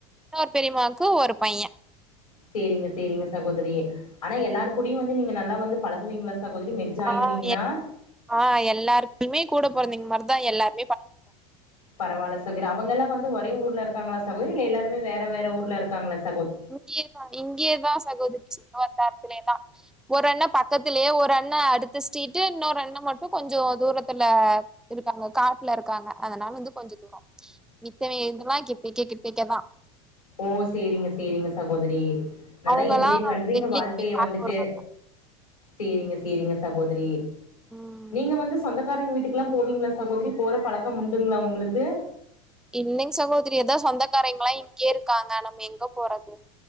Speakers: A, in the centre; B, on the left.
A: ஒரு பெரியமாக்கு ஒரு பைய
B: சேரிங்க சேரிங்க சகோதரி ஆனா எல்லார
A: ம்
B: கூடியு வந்து நீங்க நல்லா வந்து பழகுவீங்களா சகோதரி மெர்ஜ் ஆயிருவீங்களா
A: ஆ எ ஆ எல்லாருக்குயுமே கூட பொறந்தவீங்க மாரிதா எல்லாரு
B: பரவால்ல சுகர் அவங்க எல்லா வந்து ஒரே ஊர்ல இருக்காங்களா சகோரி இல்ல எல்லாருமே வேற வேற ஊர்ல இருக்காங்கள ச
A: இங்கயேதா இங்கயேதா சகோதரி வந்தார் துலேதா ஒரு அண்ண பக்கத்திலேயே ஒரு அண்ண அடுத்த ஸ்டிரீடு இன்னொரு அண்ண மட்டு கொஞ்சோ தூரத்தி ல இருக்காங்க காட்டுல இருக்காங்க அதனால வந்து கொஞ்சோ தூரோ மித்திவிங்க இவங்கெல்லா கிட்டேக்கே கிட்ட கேக்கதா
B: ஓ சேரிங்க சேரிங்க சகோதரி நல்லா
A: அவங்கல்லா
B: என்ஜாய் பண்றீங்க
A: டெய்லிக்குமே
B: வாழ்க்கைய
A: பாக்க
B: வந்துட்டு
A: வருவாங்க
B: சேரிங்க சேரிங்க சகோதரி
A: ம்
B: நீங்க வந்து சொந்தக்காரங்க வீட் டுக்குல்லா போவீங்களா சகோதரி போற பழக்கம் முண்டுங்களா உங்களுக்கு
A: இல்லீங்க சகோதரி அதா சொந்தக்காரங்கெல்லா இங்கயே இருக்காங்க நம்ம எங்க போறது